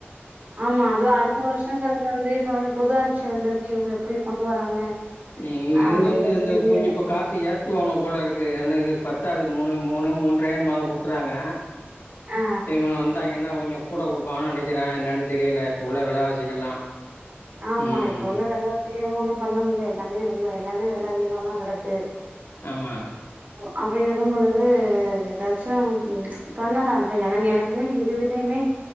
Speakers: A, on the right; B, on the left.
A: ஆமா அதுவு அடுத்த வருஷங்குறது வந்து இப்ப வந்து புது ஆட்சி வந்திருக்கு இவங்க எப்படி கொண்டு வராங்க
B: இ இது
A: அப்டின்றது
B: வந்து இந்த
A: தெரியல
B: கொஞ்ச இப்ப காசு ஏத்துவாங்க போல இருக்கு ஏன்னா இது ப த்தாது மூணு மூணு மூன்ற என்மோ குடுக்குறாங்க
A: ஆ
B: இவனுங்க வந்தா என்ன கொஞ்சொ கூட கொடுப்பான்னு நெனைக்கிறே என்னன்னு தெரியல இப்ப உள்ள வெலவாசிக்கெல்லா
A: ஆமா
B: ம்
A: இப்ப உள்ள வேல வாசிக்குல ஒன்னு பண்ண முட்ல எல்லாமே ரொம்ப எல்லாமே வெல அதிகமாதா கெடக்கு
B: ஆமா
A: அப்படி இருக்கும் பொழுது ஏதாச்சு பண்ணலா இப்ப எனக்கு எனக்குமே எங்க கிட்டயுமே